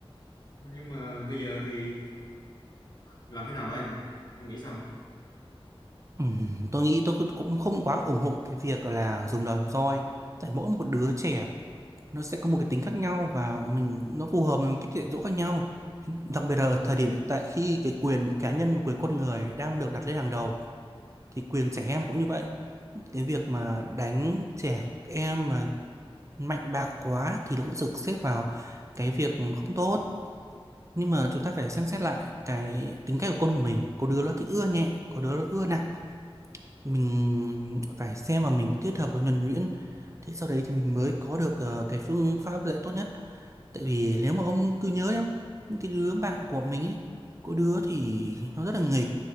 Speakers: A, on the left; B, on the right.
A: nhưng mà bây giờ thì làm thế nào đây? Em nghĩ sao?
B: Ừm, tôi nghĩ tôi cũng cũng không quá ủng hộ cái việc là dùng đòn roi tại mỗi một đứa trẻ nó sẽ có một cái tính khác nhau và mình nó phù hợp với một cái dạy dỗ khác nhau đặc biệt là thời điểm hiện tại khi cái quyền cá nhân và quyền con người đang được đặt lên hàng đầu thì quyền trẻ em cũng như vậy cái việc mà đánh trẻ em mà mạnh bạo quá thì nó cũng được xếp vào cái việc không tốt nhưng mà chúng ta phải xem xét lại cái tính cách của con của mình có đứa nó thích ưa nhẹ có đứa nó ưa nặng mình phải xem và mình kết hợp nó nhuần nhuyễn thế sau đấy thì mình mới có được ờ, cái phương pháp dạy tốt nhất tại vì nếu mà ông cứ nhớ đấy không những cái đứa bạn của mình ấy có đứa thì nó rất là nghịch